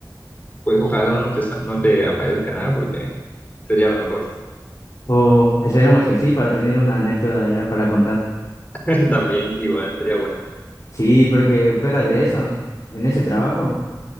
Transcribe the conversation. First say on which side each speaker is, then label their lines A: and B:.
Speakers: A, on the left; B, on the left.
A: Pues ojalá no te, sa- no te aparezca nada porque sería lo mejor.
B: O esperemos que sí, para tener una anécdota ya para contar.
A: <laughs> También igual sería bueno.
B: Sí, porque fuera de eso, en ese trabajo,